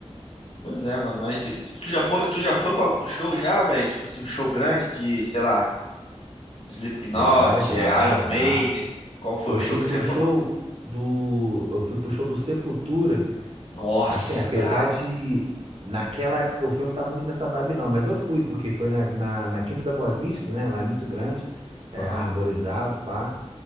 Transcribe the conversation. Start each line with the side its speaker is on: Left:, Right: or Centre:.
Left: Pois é, mano, mas se- tu já foi, tu já foi pra algum show já, velho? Tipo assim, um show grande de, sei lá, Slipknot,
Right: Já, já,
Left: é, Iron
Right: já.
Left: Maiden. Qual foi
Right: Eu
Left: o
Right: fui
Left: show que
Right: pro
Left: você falou?
Right: show do. Eu fui pro show do Sepultura.
Left: Nossa,
Right: Assim, apesar
Left: brabo.
Right: de. Naquela época que eu fui, eu não tava muito nessa vibe, não. Mas eu fui, porque foi na, na, na Quinta da Boa Vista, né? Lá é muito grande, é
Left: Aham.
Right: arborizado, pá.